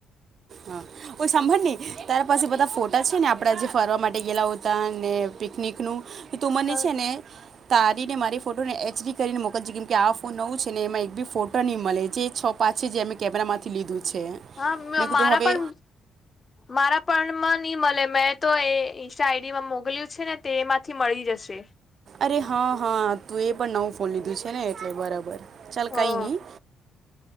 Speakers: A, on the right; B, on the left.
A: હા ઓઈ સાંભળ ને તાર પાસે બધા ફોટા છે ને આપડા જે ફરવા માટે ગયેલા ઓતા ને પિકનિક નુ તો તુ મને
B: હા
A: છે ને તારીને મારી ફોટો ને એચડી કરીને મોકલ જે કેમ કે આ ફોન નવુ છે ને એમા એક બી ફોટો ની મલે જે છ પાંચ પા છે જે મે કેમેરામાંથી લીધુ છે
B: હા
A: મેં કીધું
B: મારા
A: હવે
B: પણ મારા પણ મન ની મલે મેં તો એ ઇન્સ્ટા આઈડીમા મોકલ્યુ છે ને તેમાંથી મળી જશે
A: અરે હ હ તુ એ પણ નવુ ફોન લીધુ છે ને એટલે બરાબર ચાલ
B: હા
A: કઈ ની